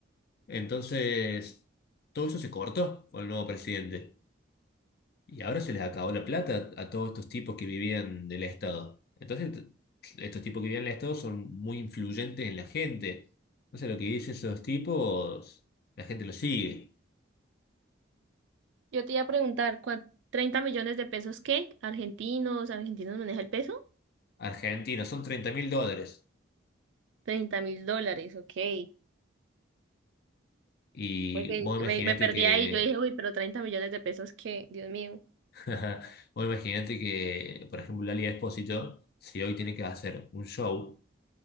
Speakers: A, on the left; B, on the right.
A: Entonces, todo eso se cortó con el nuevo presidente. Y ahora se les acabó la plata a todos estos tipos que vivían del Estado. Entonces, t- estos tipos que vivían del Estado son muy influyentes en la gente. Entonces, lo que dicen esos tipos, la gente lo sigue.
B: Yo te iba a preguntar, ¿cuán- 30 millones de pesos qué? ¿Argentinos? ¿Argentinos maneja el peso?
A: Argentina, son treinta mil dólares.
B: treinta mil dólares, ok.
A: Y
B: Porque
A: vos imaginate
B: me, me perdí
A: que,
B: ahí, yo dije, uy, pero 30 millones de pesos qué, Dios mío.
A: <laughs> vos imaginate que, por ejemplo, Lali Espósito, si hoy tiene que hacer un show,